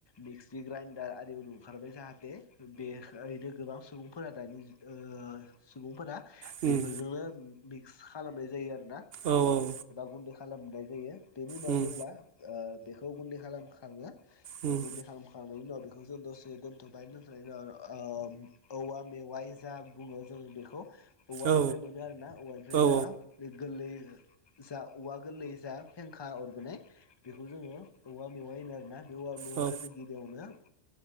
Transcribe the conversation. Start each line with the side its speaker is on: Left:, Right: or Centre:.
Left: मिक्सि ग्राइडार आरि ओंखारबाय जाहाथे बे ओरैनो गोबां सुबुंफोरा दानि ओ सुबुंफोरा
Right: उम
Left: बेफोरजोंनो मिक्स खालामना जायो आरो‌ ना।
Right: औ औ।
Left: गुन्दै खालामनाय जायो बेनि उनाव
Right: उम
Left: जेब्ला ओ बेखौ गुन्दै खालाम खाङो।
Right: उम
Left: गुन्दै खालामखांनायनि उनाव बेखौ जों दसे दोनथ'बायनो दोनथ'नायनि उनाव ओ औवा मेवाय जा बुङो जोङो बेखौ औवानिफ्राय
Right: औ
Left: मोनो आरो ना औवानिफ्राय
Right: औ
Left: जा बे गोरलै जा औवा गोरलै जा फेंखा अरबोनाय बेखौ जोङो औवा मेवाय होनो आरोना बे औवा मेवाखौ
Right: औ
Left: जों गिबियावनो